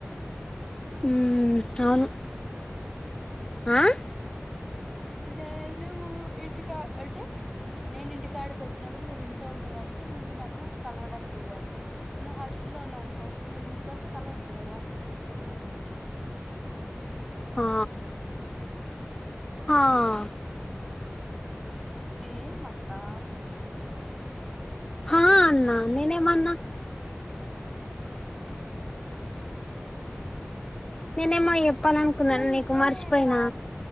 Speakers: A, on the left (about 20°); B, in the centre.
A: హ్ అవును ఆ
B: నేదు ఇటుకా అంటే నేను ఇంటికాడికి వచ్చినప్పుడు నువ్వు ఇంట్లో ఉంటే వాటికి నీకు నాకు కలవడానికి కుదరదు నువ్ హాస్టల్లో ఉన్నావు అనుకో నేను ఇంటికి వస్తే కలవచ్చు కదా
A: ఆ మ్మ్
B: ఏన్ మాట్లా
A: హా అన్నా నేనే మాన్నా
B: ఏ లే లేడి
A: నేనేమ చెప్పాలనుకున్నాను
B: రిప్లై
A: నీకు
B: ఇవ్వలేదా
A: మర్చిపోయినా